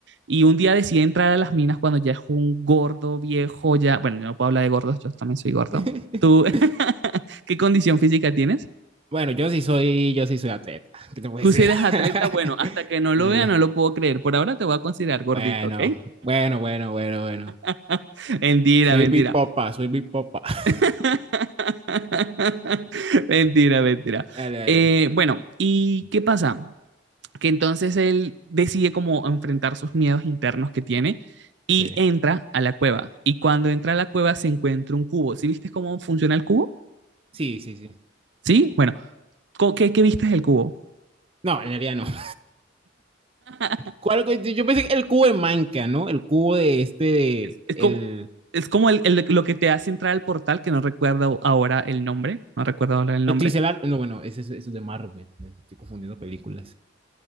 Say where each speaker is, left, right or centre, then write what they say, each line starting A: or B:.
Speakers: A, on the right; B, on the right.
A: y un día decide entrar a las minas cuando ya es un gordo viejo, ya, bueno, yo no puedo hablar de gordos, yo también soy gordo.
B: <laughs>
A: ¿Tú <laughs> qué condición física tienes?
B: Bueno, yo sí soy, yo sí soy atleta, <laughs> ¿qué te puedo
A: Tú
B: decir?
A: si eres
B: <laughs>
A: atleta, bueno, hasta que no lo
B: Sí,
A: vea no lo puedo creer. Por ahora te voy a considerar gordito,
B: Bueno,
A: ¿ok?
B: bueno, bueno, bueno, bueno.
A: <laughs> Mentira,
B: Soy
A: mentira.
B: Bipopa soy Bipopa <laughs>
A: <laughs> Mentira, mentira.
B: Dale, dale.
A: Eh, bueno, ¿y qué pasa? Que entonces él decide como enfrentar sus miedos internos que tiene y
B: Sí.
A: entra a la cueva. Y cuando entra a la cueva se encuentra un cubo. ¿Sí viste cómo funciona el cubo?
B: Sí, sí, sí.
A: ¿Sí? Bueno, ¿co- ¿qué, qué viste del cubo?
B: No, en realidad no. <laughs>
A: <laughs>
B: ¿Cuál, yo pensé que el cubo de Minecraft, ¿no? El cubo de este, de,
A: Es, es
B: el
A: como, es como el- el- lo que te hace entrar al portal, que no recuerdo ahora el nombre. No recuerdo ahora el nombre.
B: Ticelar, no, bueno, eso es de Marvel, me estoy confundiendo películas.